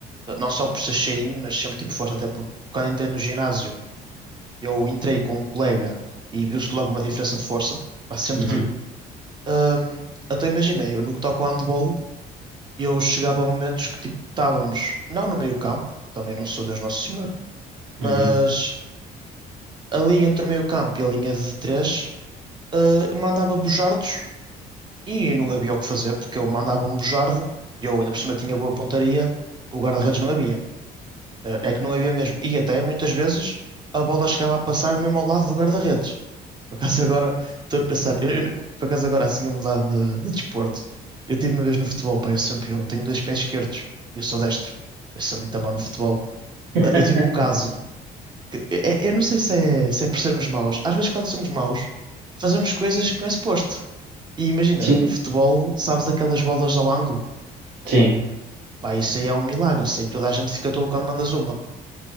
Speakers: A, on the right (about 25°); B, on the right (about 85°).
A: Ah, não só por ser cheinho, mas sempre tive força, até porque quando entrei no ginásio, eu entrei com um colega e viu-se logo uma diferença de força, pá, sempre
B: Uhum.
A: tive. Ahm, então imagina, eu no que toca ao handball, eu chegava a momentos que tipo, estávamos, não no meio campo, também não sou Deus Nosso Senhor,
B: Uhum.
A: mas ali entre o meio campo e a linha de três Uh, mandava bujardos e não havia o que fazer, porque eu mandava um bujardo, e eu ainda por cima tinha boa pontaria, o guarda-redes não havia. Uh, É que não havia mesmo. E até muitas vezes a bola chegava a passar mesmo ao lado do guarda-redes. Por acaso agora estou a pensar, eu, eu- por acaso agora assim a mudar de, de desporto. Eu tive uma vez no futebol, pá, eu sempre eu tenho dois pés esquerdos, e eu sou destro, eu sou muito mau no futebol.
B: <laughs>
A: Uh, Eu tive um caso que- é- é, eu não sei se é, se é por sermos maus. Às vezes, quando somos maus, fazemos coisas que não é suposto. E imagina,
B: Sim,
A: no futebol, sabes aquelas bolas ao ângulo?
B: sim.
A: Pá, isso aí é um milagre. Isso aí toda a gente fica tolo quando mandas uma.